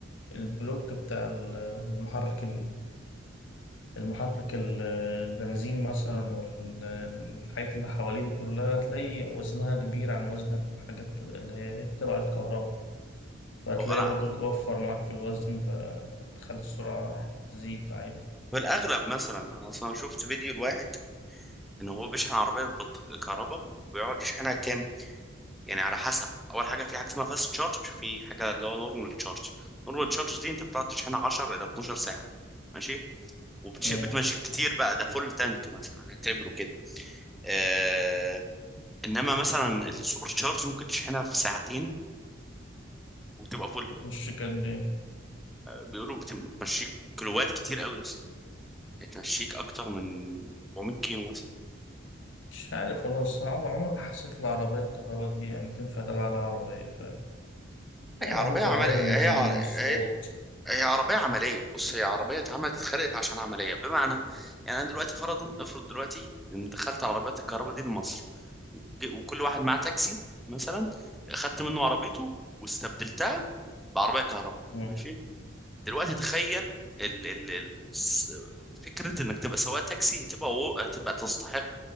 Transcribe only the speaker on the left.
البلوك بتاع المحرك المحرك ال- البنزين مثلا والحاجات اللي حواليه دي كلها هتلاقي وزنها كبير عن وزن الحاجات اللي هي تبع الكهرباء فهتلاقي
برضو بتوفر معاك في الوزن فتخلي السرعة تزيد عادي
امم
مش قد ايه
مش عارف والله بس أنا عمر عمر ما حسيت العربية الكهرباء دي يعني تنفع تلعب على عربية فاهم هي
معروفة
العربية
بنزين
الصوت
امم